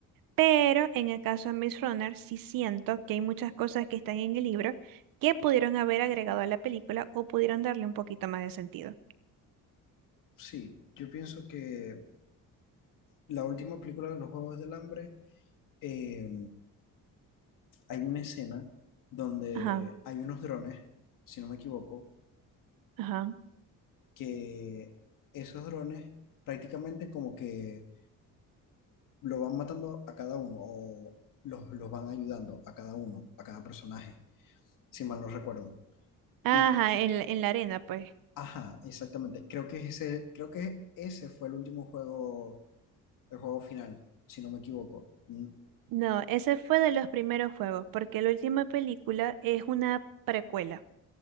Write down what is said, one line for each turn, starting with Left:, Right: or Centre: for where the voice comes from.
Right: Pero en el caso de Miss Runner sí siento que hay muchas cosas que están en el libro que pudieron haber agregado a la película o pudieron darle un poquito más de sentido.
Left: Sí, yo pienso que la última película de los Juegos del Hambre, eh, hay una escena donde
Right: Ajá,
Left: hay unos drones, si no me equivoco,
Right: ajá.
Left: que esos drones prácticamente como que lo van matando a cada uno o los, los van ayudando a cada uno, a cada personaje, si mal no recuerdo.
Right: Ajá,
Left: Y,
Right: en, la- en la arena, pues.
Left: ajá, exactamente. Creo que ese, creo que ese fue el último juego el juego final, si no me equivoco. Mm,
Right: No, ese fue de los primeros juegos, porque la última película es una precuela,